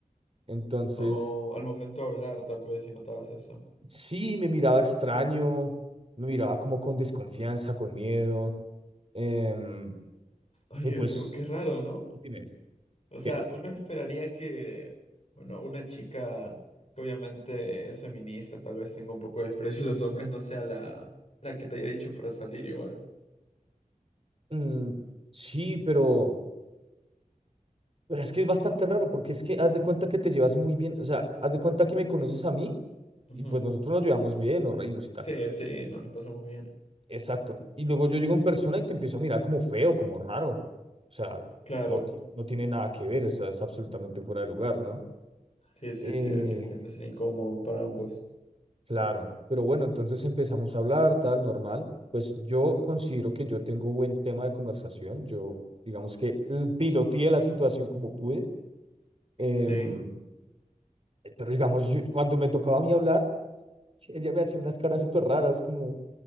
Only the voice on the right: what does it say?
Entonces,
sí, me miraba extraño, me miraba como con desconfianza, con miedo. em,
y pues,
dime,
¿qué?
Mm, sí, pero... Pero es que es bastante raro porque es que haz de cuenta que te llevas muy bien, o sea, haz de cuenta que me conoces a mí
y pues nosotros nos llevamos bien, nos reímos y tal.
Exacto. Y luego yo llego en persona y te empiezo a mirar como feo, como raro. O sea,
no, ti- no tiene nada que ver, o sea, es absolutamente fuera de lugar, ¿no?
Eh,
claro, pero bueno, entonces empezamos a hablar, tal, normal. Pues yo considero que yo tengo buen tema de conversación. Yo, digamos que eh, piloteé la situación como pude. em,
eh, pero digamos, yo- cuando me tocaba a mí hablar, <laughs> ella me hacía unas caras súper raras, como,